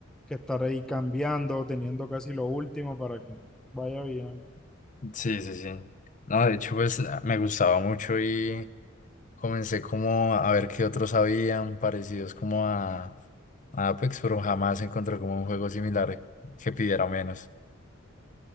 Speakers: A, in the centre; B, on the left.
A: que estar ahí cambiando, teniendo casi lo último para que vaya bien.
B: Sí, sí, sí. No, de hecho, pues me gustaba mucho y Comencé como a ver qué otros habían parecidos como a, a Apex, pero jamás encontré como un juego similar que pidiera menos.